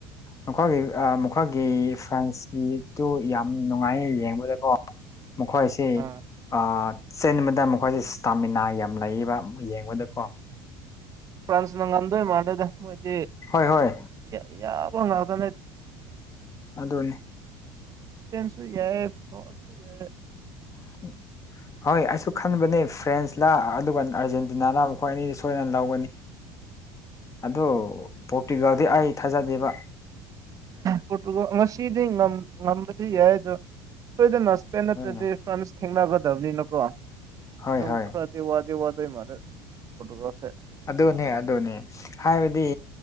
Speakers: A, on the left (about 25°); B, on the right (about 30°).
A: ꯃꯈꯣꯏꯒꯤ ꯃꯈꯣꯏꯒꯤ ꯐ꯭ꯔꯦꯟꯁꯀꯤꯗꯨꯨ ꯌꯥꯝ ꯅꯨꯡꯉꯥꯏꯌꯦ ꯌꯦꯡꯕꯗꯀꯣ ꯃꯈꯣꯏꯁꯤ
B: ꯑꯥ
A: ꯑꯥ ꯆꯦꯟꯕꯗꯥ ꯑꯃꯨꯛ <unintelligible> ꯁ꯭ꯇꯥꯃꯤꯅꯥ ꯌꯥꯝ ꯂꯩꯕ ꯌꯦꯡꯕꯗꯀꯣ
B: ꯐ꯭ꯔꯥꯟꯁꯅ ꯉꯝꯗꯣꯏ ꯃꯥꯟꯂꯗ ꯃꯣꯏꯗꯤ
A: ꯍꯣꯏ ꯍꯣꯏ
B: ꯌꯥ ꯌꯥꯕ ꯉꯥꯛꯇꯅꯦ
A: ꯑꯗꯨꯅꯦ
B: <unintelligible>
A: <inaudible> ꯍꯣꯏ ꯑꯩꯁꯨ ꯈꯟꯕꯅꯦ ꯐ꯭ꯔꯦꯟꯁꯂ ꯑꯗꯨꯒ ꯑꯔꯖꯦꯟꯇꯤꯅꯥꯂ ꯃꯈꯣꯏ ꯑꯅꯤꯗꯤ ꯁꯣꯏꯗꯅ ꯂꯧꯒꯅꯤ ꯑꯗꯨ ꯄꯣꯔꯇꯨꯒꯥꯜꯗꯤ ꯑꯩ ꯊꯥꯖꯗꯦꯕ
B: ꯄꯣꯔꯇꯨꯒꯜ ꯉꯁꯤꯗꯤ ꯉꯝꯕꯗꯤ ꯌꯥꯏ ꯑꯗꯣ ꯁꯣꯏꯗꯅ ꯏꯁꯄꯦꯟ ꯅꯠꯇ꯭ꯔꯗꯤ
A: ꯍꯣꯏ
B: ꯐ꯭ꯔꯥꯟꯁ ꯊꯦꯡꯅꯒꯗꯕꯅꯤꯅꯀꯣ ꯑꯗꯨꯝ
A: ꯍꯣꯏ ꯍꯣꯏ
B: ꯈꯔ ꯗꯤ ꯋꯥꯗ ꯋꯥꯗ ꯃꯥꯂꯦ ꯄꯣꯔꯇꯨꯒꯜ ꯁꯦ
A: ꯑꯗꯨꯅꯦ ꯑꯗꯨꯅꯦ ꯍꯥꯏꯕꯗꯤ